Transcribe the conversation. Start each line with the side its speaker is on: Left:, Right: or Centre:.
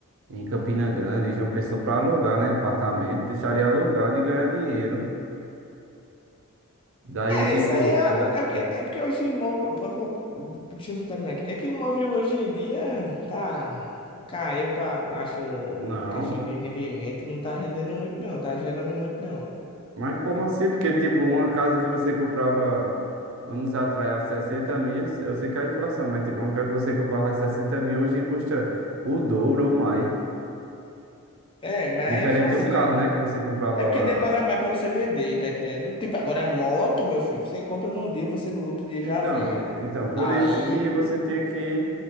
Right: em Campina Grande, em João Pessoa para alugar, né? Apartamento, deixaria alugado e ganhar dinheiro. Daria
Left: É,
Right: tipo.
Left: isso aí é,
Right: eu da-
Left: é porque,
Right: eu-
Left: é porque hoje move. pô, pô, Deixa eu só terminar aqui. É que move hoje em dia tá. Caiu pra baixo
Right: não,
Left: questão de rendimento, não tá rendendo muito, não, tá gerando muito, não.
Right: mas como assim? Porque, tipo, uma casa que você comprava anos atrás a 60 mil, eu sei que é a inflação, mas, tipo, uma casa que você comprava a 60 mil hoje custa o dobro ou mais.
Left: É, mas
Right: Diferente
Left: a inflação.
Right: de um carro, né? Que você comprava
Left: É porque demora mais pra você vender, tá entendendo? Tipo, agora a moto, meu filho, você compra num dia, você no outro dia
Right: Então,
Left: já vende.
Right: então, por
Left: Aí.
Right: isso que você tinha que,